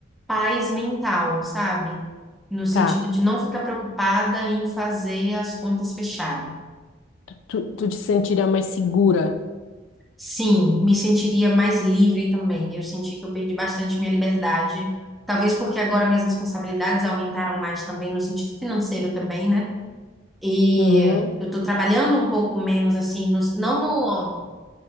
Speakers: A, in the centre; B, on the left.
A: paz mental, sabe? No sentido
B: Tá.
A: de não ficar preocupada em fazer as contas fecharem.
B: Tu, tu te sentiria mais segura.
A: Sim, me sentiria mais livre também. Eu senti que eu perdi bastante minha liberdade, talvez porque agora minhas responsabilidades aumentaram mais também no sentido financeiro também, né? E
B: Uhum,
A: eu tô trabalhando um pouco menos assim, no- não no